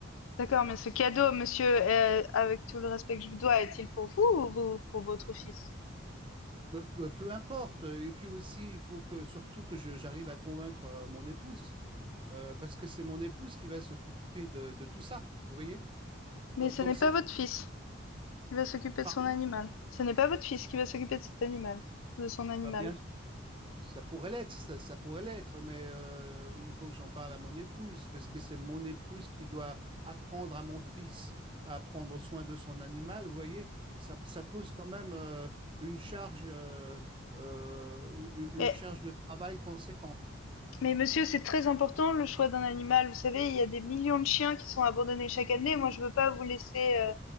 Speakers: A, on the left; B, on the right.
A: D'accord, mais ce cadeau, monsieur, euh, avec tout le respect que je vous dois, est-il pour vous ou vous- pour votre fils?
B: Peu, peu- peu importe. Et puis aussi, il faut que surtout que je- j'arrive à convaincre euh, mon épouse, Euh, parce que c'est mon épouse qui va s'occuper de, de tout ça. Vous voyez?
A: Mais
B: Donc,
A: ce
B: donc
A: n'est pas
B: c'est
A: votre fils qui va s'occuper
B: pardon.
A: de son animal. Ce n'est pas votre fils qui va s'occuper de cet animal, de son animal.
B: Ah, bien, ça pourrait l'être, ça, ça pourrait l'être, mais euh, il faut que j'en parle à mon épouse, parce que c'est mon épouse qui doit apprendre à mon fils à prendre soin de son animal. Vous voyez? Ça, ça pose quand même euh, une charge, euh, euh, une
A: Mais
B: une charge de travail conséquente.
A: Mais monsieur, c'est très important le choix d'un animal. Vous savez, il y a des millions de chiens qui sont abandonnés chaque année. Moi, je veux pas vous laisser euh,